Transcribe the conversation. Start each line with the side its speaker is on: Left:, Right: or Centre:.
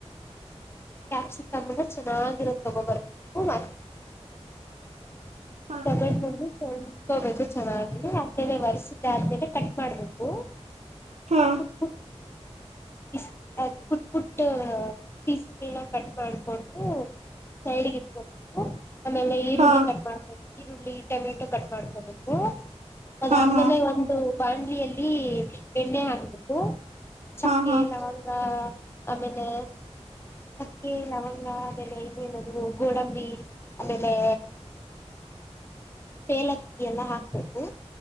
Left: ಕ್ಯಾಪ್ಸಿ ಕಮ್ಮ ಚೆನ್ನಾಗಿರೋ ತಗೋಬರ್ಬೇಕ.
Right: ಹಾ
Left: ಸಗಡ್ ಬು ಸ ಕೋಬೇಕು ಚೆನ್ನಾಗಿ ಆಮೇಲೆ ಒರ್ಸುತ್ತೆ ಆದ್ಮೇಲೆ ಕಟ್ ಮಾಡ್ಬೇಕು.
Right: ಹಾ
Left: ಹ ಪೀಸ್ ಪುಟ್ ಪುಟ್ಟ ಪೀಸಗಳಲ್ಲ ಕಟ್ ಮಾಡ್ಕೊಂಡು ಸೈಡ್ಗೆ ಇಟ್ಕಬೇಕು. ಆಮೇಲೆ ಈರುಳ್ಳಿ
Right: ಹಾ
Left: ಕಟ್ ಮಾಡ್ಕೋು. ಈರುಳ್ಳಿ ಟೊಮೆಟೊ ಕಟ್ ಮಾಡ್ಕೊಬೇಕು. ಅದಾದ್ಮೇಲೆ
Right: ಹಾ
Left: ಒಂದು. ಬಾಣಲಿಯಲ್ಲಿ ಎಣ್ಣೆ ಹಾಕ್ಬೇಕು. ಚಕ್ಕೆ
Right: ಹಾ ಹಾ
Left: ಲವಂಗ. ಆಮೇಲೆ ಚಕ್ಕೆ ಲವಂಗ ಆಮೇಲೆ ಇನ್ನೇನೂ ಗೋಡಂಬಿ ಆಮೇಲೆ. ಏಲಕ್ಕಿ ಎಲ್ಲ ಹಾಕ್ಬೇಕು.